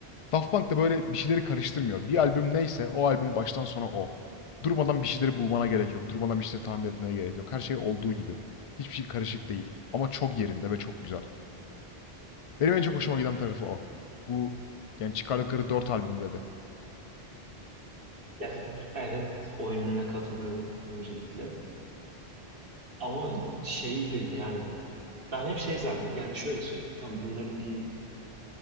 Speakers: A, on the left; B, on the right.
A: Daft Punk da böyle bir şeyleri karıştırmıyor. Bir albüm neyse o albüm baştan sona o. Durmadan bir şeyleri bulmana gerek yok. Durmadan bir şeyleri tahmin etmeye gerek yok. Her şey olduğu gibi. Hiçbir şey karışık değil. Ama çok yerinde ve çok güzel. Benim en çok hoşuma giden tarafı o. Bu yani çıkardıkları dört albümde de.
B: Yani evet o yönüne katılıyorum öncelikle. Ama şeyi de yani ben hep şey zannediyorum. Yani şöyle söyleyeyim. Tamam bunların bir